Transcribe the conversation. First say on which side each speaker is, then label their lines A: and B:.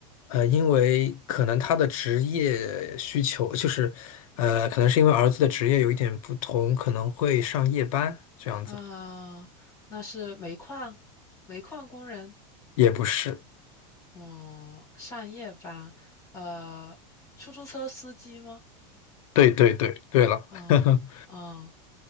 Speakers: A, on the left; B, on the left.
A: 呃，因为可能他的职业需求，就是，呃，可能是因为儿子的职业有一点不同，可能会上夜班这样子，
B: 嗯，那是煤矿，煤矿工人。
A: 也不是，
B: 嗯，上夜班，呃，出租车司机吗？
A: 对对对，对了，
B: 嗯嗯，
A: <laughs>